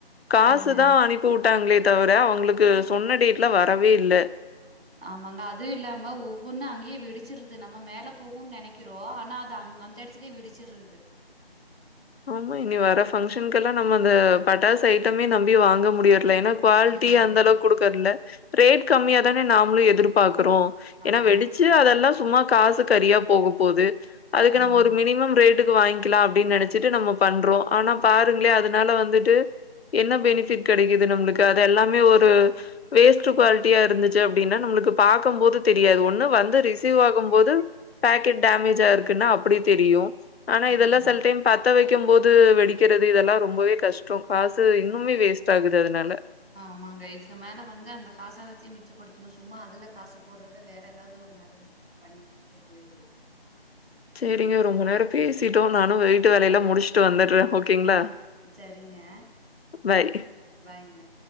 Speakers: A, on the left (about 75°); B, on the right (about 75°).
A: காசுதா
B: சரிங்க
A: அனுப்பி வுட்டாங்களே தவர அவங்களுக்கு சொன்ன டேட்டல வரவே இல்ல
B: ஆமாங்க அதுவும் இல்லாம ஒவ்வொன்னு அங்கேயே வெடிச்சிருது நம்ம மேல போகும்ன்னு நினைக்கிறோ ஆனா அது அங் அந்த இடத்துலயே வெடிச்சிட்றது
A: ஆமா இனி வர பங்ஷனுகெல்லாம் நம்ம அந்த பட்டாசு ஐட்டமே நம்பி வாங்க முடியாது ஏன்னா
B: வாங்க
A: குவாலிட்டி
B: முடியாதுங்க
A: அந்த அளவுக்கு குடுக்கறதுல்ல ரேட் கம்மியதானே நாமளும் எதிர்பாக் றோ ஏன்னா
B: ஆமா
A: வெடிச்சு அதெல்லாம் சும்மா காசு கரியா போக போது அதுக்கு
B: ஆமா
A: நாம ஒரு மினிமம் ரேட் ட்டுக்கு வாங்கிலா அப்பிடின்னு நெனைச்சு ட்டு நம்ம பண்றோ ஆனா பாருங்களே அதனால வந்துட்டு என்ன பெனிபிட் கெடைக்குது நம்மளுக்கு அது எல்லாமே ஒரு வேஸ்ட் குவாலிட்டியா இருந்துச்சு அப்டின்னா நம்மளுக்கு பாக்கும் போது தெரியாது ஒண்ணு வந்து ரிசீவ் ஆகும் போது பாக்கெட் டேமேஜ் இருக்குன்னா அப்டியே தெரியும் ஆனா இதல்லா
B: ஆமா
A: சில டைம் பத்த வைக்கும் போது வெடிக்கிறது இதெல்லாம் ரொம்பவே கஷ்டம் காசு இன்னுமே வேஸ்ட் ஆகுது அதனால
B: ஆமாங்க இதுக்கு மேல வந்து அந்த காசை வச்சு மிச்சப்படுத்தணும் சும்மா அதுல காசை போடுறத வேற ஏதாவது ஒரு நல்ல விஷயத்துக்கு பண்ணிட்டு போயிரலா
A: சேரிங்க ரொம்ப நேரம் பேசிட்டோம் நானும் வீட்டு வேலையெல்லா முடிச்சுட்டு வந்துட்றே ஓகேங்களா
B: ஆஹ் சரிங்க
A: பாய்
B: பாய்ங்க